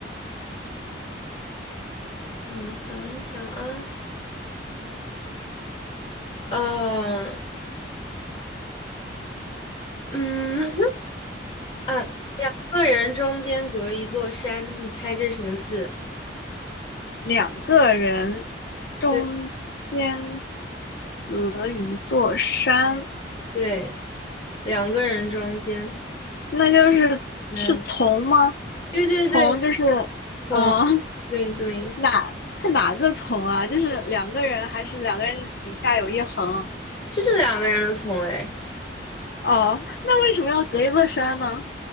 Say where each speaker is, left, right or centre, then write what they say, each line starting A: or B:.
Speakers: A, on the left; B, on the left.
A: 让我想一想啊，呃，嗯、嗯 <laughs>，啊，个人中间隔一座山，你猜这什么字？
B: 两个人中间
A: 对
B: 隔一座山，
A: 对，两个人中间，
B: 那就是是从吗？
A: 嗯，对对对，
B: 从就是
A: 从，
B: 呃 <laughs>
A: 对对从，
B: 哪是哪个从啊？就是两个人还是两个人底下有一横？
A: 这是两个人的从，哎，
B: 哦，那为什么要隔一座山呢？